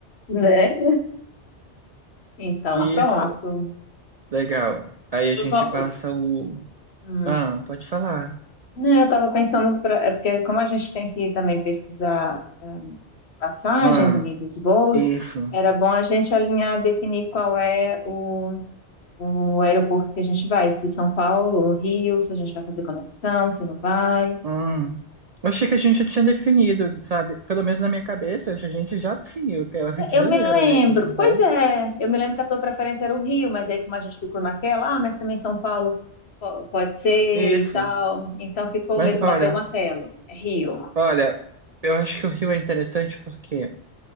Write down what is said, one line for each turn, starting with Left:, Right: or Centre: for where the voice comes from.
Left: Né? Então,
Right: Isso.
Left: pronto.
Right: Legal. Aí a gente
Left: Vam-
Right: passa o.
Left: hum.
Right: Ah, pode falar.
Left: Não, eu estava pensando, pra, é porque como a gente tem que também pesquisar hum, as passagens,
Right: Ah,
Left: amigos, voos,
Right: isso.
Left: era bom a gente alinhar, definir qual é o, o aeroporto que a gente vai, se São Paulo ou Rio, se a gente vai fazer conexão, se não vai.
Right: Hum. Eu achei que a gente já tinha definido, sabe? Pelo menos na minha cabeça, a gente já definiu, que é o Rio
Left: É,
Right: de
Left: Eu
Right: Janeiro,
Left: me lembro,
Right: né? A gente vai sair.
Left: pois é, eu me lembro que a tua preferência era o Rio, mas aí como a gente ficou naquela, ah, mas também São Paulo po- pode ser
Right: Isso.
Left: e tal, então ficou
Right: Mas
Left: mesmo,
Right: olha,
Left: bateu o martelo, é Rio.
Right: Olha, eu acho que o Rio é interessante porque